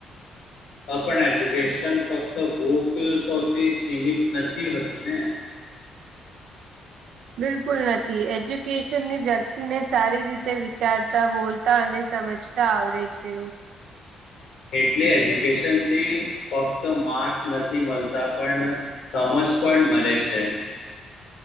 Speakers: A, on the left (about 70°); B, on the right (about 65°).
A: આ પણ એજ્યુકેશન ફક્ત ભૂકસોથી સીમિત નથી હતું ને.
B: બિલકુલ નથી એજ્યુકેશનની વ્યક્તિને સારી રીતે વિચારતા હોય તા અને સમજતા આવડે છે.
A: એટલે એજ્યુકેશનથી ફક્ત માર્ક્સ નથી મળતા પણ સમજ પણ મલે છે.